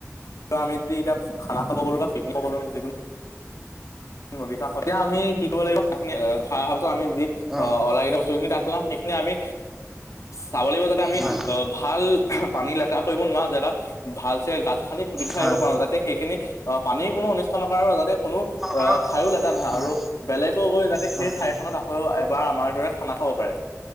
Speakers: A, on the left (about 75°); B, in the centre.
A: ত আমি যদি এতিয়া খানা খাব গ'লো বা পিকনিক গলো যিকোনো নদী কাষত এতিয়া আমি কি কৰিব লাগিব খানা খাই অহা পিছত আমি যি
B: অ
A: অলাগতিয়াল বস্তুখিনি তাত সেইখিনি আমি চাব লাগিব যাতে আমি
B: হয়
A: ভাল পানী লেতেৰা কৰিব নোৱাৰা জেগাত ভাল চে গাত খানি পুতি থৈ
B: হয়
A: আহিব পাৰো যাতে সেইখিনি অ পানীৰ কোনো অনিষ্ট নকৰে আৰু যাতে কোনো
B: হয়
A: আ ঠায়ো লেতেৰা নহয়
B: হয়
A: আৰু বেলেগও গৈ যাতে সেই
B: হয়
A: ঠাইখনত আকৌ এবাৰ আমাৰ দৰে খানা খাব পাৰে